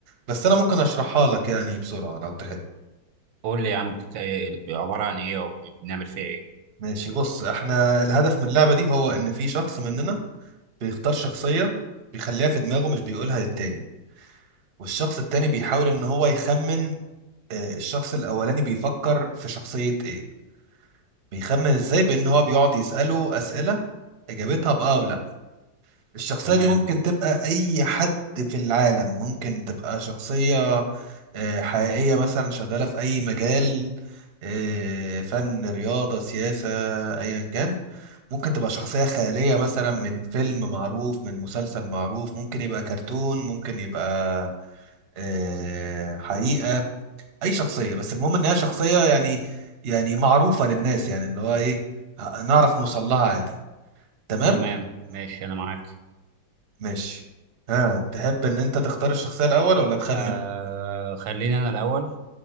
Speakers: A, on the right; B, on the right.
A: بس انا ممكن اشرحها لك يعني بسرعه لو تحب
B: قول لي يا عم بتك... إيه- عباره عن ايه او بنعمل فيها ايه
A: ماشي بص احنا الهدف من اللعبه دي هو ان في شخص مننا بيختار شخصيه بيخليها في دماغه مش بيقولها للتاني والشخص التاني بيحاول ان هو يخمن آه، الشخص الاولاني بيفكر في شخصيه ايه بيخمن ازاي بان هو بيقعد يساله اسئله اجابتها باه او لا الشخصيه
B: تمام
A: دي ممكن تبقى اي حد في العالم ممكن تبقى شخصيه آه، حقيقيه مثلا شغاله في اي مجال آه، فن رياضه سياسه ايا كان ممكن تبقى شخصيه خياليه مثلا من فيلم معروف من مسلسل معروف ممكن يبقى كرتون ممكن يبقى آه، حقيقه اي شخصيه بس المهم انها شخصيه يعني يعني معروفه للناس يعني اللي هو ايه ه- نعرف نوصل لها عادي تمام
B: تمام ماشي انا معاك
A: ماشي ها تحب ان انت تختار الشخصيه الاول ولا تخمن
B: آه خليني انا الاول